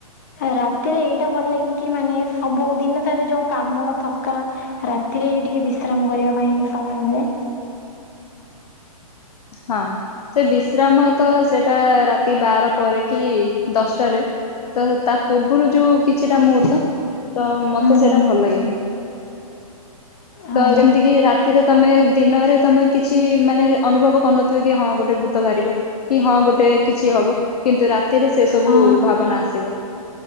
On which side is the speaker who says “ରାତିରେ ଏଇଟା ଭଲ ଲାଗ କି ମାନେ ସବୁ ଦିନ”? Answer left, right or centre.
Left